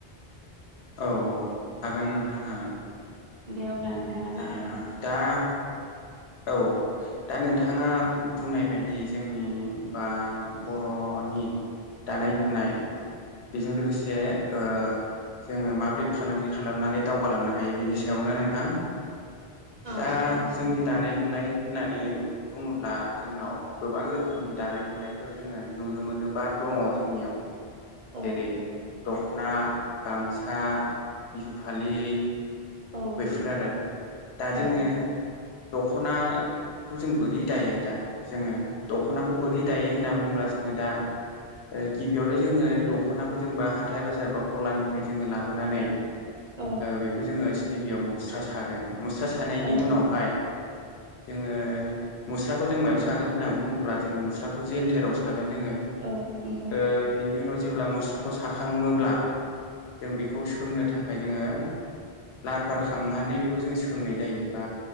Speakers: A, on the left; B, on the right.
A: औ औ हागोन नोंथां हागोन।
B: दे अब्ला नोंथाङा
A: ओ
B: जागायदो।
A: दा औ दा नोंथाङा बुंनाय बायदि जोंनि बा
B: औ
A: बर'नि दानाय-लुनाय बेजों लोगोसे ओ जोङो माबोरै फालांगि खालामनानै दावगालांनो हायो बिनि सायावनो नोंथां
B: औ
A: दा
B: औ नोंथां
A: जोंनि दानाय लुनाय होननानै बुङोब्ला जोंनाव गोबां रोखोमनि दानाय लुनायफोर जोङो नुनो मोनो। श <unintelligible> दङ जोंनियाव
B: औ
A: जेरै- दख'ना गामसा बिहु फालि
B: औ
A: बेफोर आरो दा जोङो
B: औ
A: दख'ना खौ जों बोरै दायो दा जोङो दख'नाखौ बोरै दायो होनना बुङोब्ला जोङो दा गिबियावनो जोङो दख'नाखौ जोंबा हाथाय बाजार बा गलानिफ्राय जोङो लाबोनानै
B: औ औ
A: बेखौ जोङो गिबियाव मुस्रा सागोन मुस्रा सानायनि
B: औ
A: उनाव हाय जोङो मुस्राखौ जों मायाव सागोन होननानै बुङोब्ला जोङो मुस्राखौ जेन थेराव गोन जोङो
B: औ नंगौ
A: ओ बिनि उनाव जेब्ला मुस्राखौ साखांब्ला जों बेखौ सोंनो थाखाय जोङो सारफार खालामनानै बेखौ जों सोंनाय जायो बा